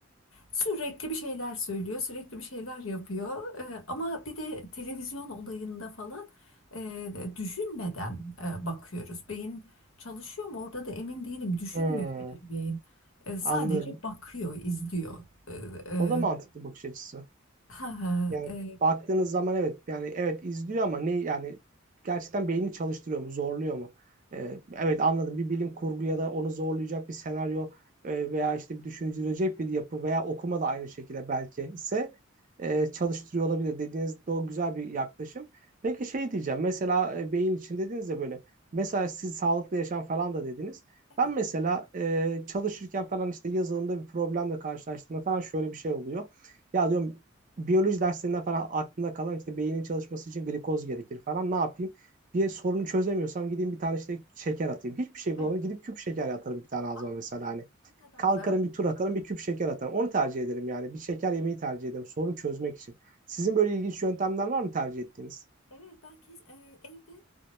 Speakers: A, on the left; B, on the right.
A: sürekli bir şeyler söylüyor, sürekli bir şeyler yapıyor. E, ama bir de televizyon olayında falan e, düşünmeden e, bakıyoruz. Beyin çalışıyor mu orada da emin değilim. Düşünmüyor
B: Hmm,
A: beyin. E, sadece
B: anladım.
A: bakıyor, izliyor. Ee, e,
B: O da mantıklı bakış açısı.
A: ha ha,
B: Yani
A: e,
B: baktığınız zaman evet yani evet izliyor ama ne yani gerçekten beynini çalıştırıyor mu zorluyor mu? Ee, evet anladım bir bilim kurgu ya da onu zorlayacak bir senaryo e, veya işte bir düşündürecek bir yapı veya okuma da aynı şekilde belki ise e, çalıştırıyor olabilir dediğiniz de o güzel bir yaklaşım. Peki şey diyeceğim mesela e, beyin için dediniz ya böyle mesela siz sağlıklı yaşam falan da dediniz.
A: evet.
B: Ben mesela e, çalışırken falan işte yazılımda bir problemle karşılaştığımda falan şöyle bir şey oluyor. Ya diyorum biyoloji derslerinden falan aklımda kalan işte beynin çalışması için glikoz gerekir falan. Ne yapayım? Bir sorunu çözemiyorsam gideyim bir tane işte şeker atayım. Hiçbir şey
A: Evet.
B: bulamadım. Gidip küp şeker atarım bir tane ağzıma
A: Aa,
B: mesela hani.
A: ne kadar
B: Kalkarım
A: zarar.
B: bir tur atarım bir küp şeker atarım. Onu tercih ederim yani. Bir şeker yemeyi tercih ederim sorun çözmek için. Sizin böyle ilginç yöntemler var mı tercih ettiğiniz?
A: Evet ben kes, e, evde